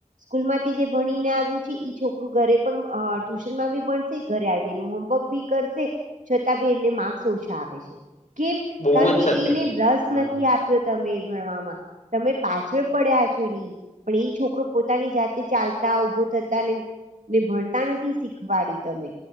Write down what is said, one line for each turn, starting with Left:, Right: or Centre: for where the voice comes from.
Right: સ્કૂલ માંથી જે ભણીને આવ્યું છે ઈ છોકરું ઘરે પણ અ ટ્યુશન માં ભી ભણશે ઘરે આવીને એનું હોમવર્ક ભી કરશે છતાં બી એને માર્કસ ઓછા આવે છે કેમ
Left: બહુ
Right: કારણ
Left: જ
Right: કે
Left: સત્ય
Right: એને
Left: કીધું
Right: રસ
Left: હમ
Right: નથી આપ્યો તમે એ ભણવામાં તમે પાછળ પડ્યા છો એ ની પણ એ છોકરો પોતાની જાતે ચાલતા ઉભો થતા ને ને ભણતા નથી શીખવાડ્યું તમે